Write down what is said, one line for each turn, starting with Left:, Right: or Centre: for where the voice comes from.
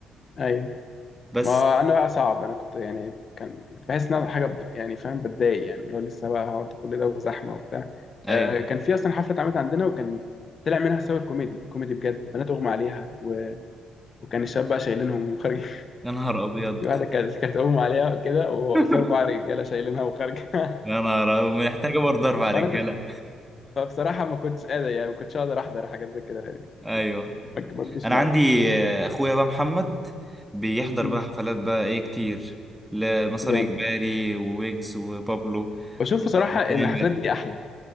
Left: أيوه
Centre: بس
Left: ما أنا بقى صعب أنا كنت يعني كان كنت بحس إن أنا حاجة بض- يعني فاهم بتضايق يعني اللي هو لسه بقى هقعد كل ده وزحمة وبتاع
Centre: ايوه
Left: آه، كان في أصلا حفلة اتعملت عندنا وكان طلع منها صور كوميدي كوميدي بجد بنات أغمى عليها و... وكان الشباب بقى شايلينهم وخارج
Centre: يا نهار ابيض
Left: في واحده كانت كانت اغمى عليها كده وفي
Centre: <laughs>
Left: اربع رجاله شايلينها وخارجه <laughs>
Centre: يا نهار أبيض، محتاجة برضه اربع رجالة
Left: فانا كنت فبصراحه ما كنتش قادر يعني ما كنتش اقدر احضر حاجات زي كده يعني
Centre: <laughs> ايوه
Left: كنت- ما ما بجيش
Centre: انا
Left: معايا
Centre: عندي آه، اخويا بقى محمد بيحضر
Left: مم.
Centre: بقى حفلات بقى ايه كتير لمسار
Left: جامد
Centre: اجباري وويجز وبابلو
Left: بشوف
Centre: وتامر
Left: بصراحه ان الحفلات دي احلى